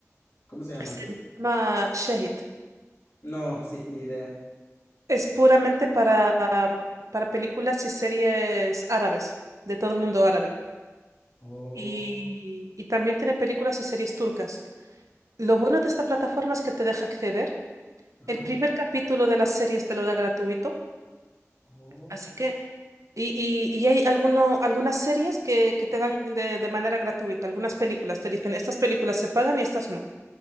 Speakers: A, on the left; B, on the right.
A: ¿Cómo se llama?
B: Se llama Shahid.
A: No, sí, ni idea.
B: Es puramente para, para películas y series árabes, de todo el mundo árabe.
A: Oh.
B: Y, y también tiene películas y series turcas. Lo bueno de esta plataforma es que te deja acceder.
A: Ajá.
B: El primer capítulo de las series te lo da gratuito.
A: Oh,
B: Así que, y, y- y hay alguno, algunas series que, que te dan de, de manera gratuita, algunas películas. Te dicen, estas películas se pagan y estas no.